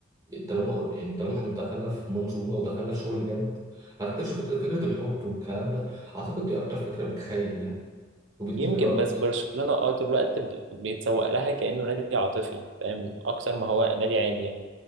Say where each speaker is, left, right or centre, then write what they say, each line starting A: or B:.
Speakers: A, on the right; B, on the right.
A: طالما يعني طالما احنا دخلنا في منظومه او دخلنا في شغل جد ما اعتقدش فكره فكره الحب والكلام ده اعتقد دي اكتر فكره بتخيب يعني وبتجيب
B: يمكن
A: الارض
B: بس برشلونة اه طول الوقت ب- بيتسوق لها كأنه نادي عاطفي فاهم اكتر ما هو نادي عادي يعني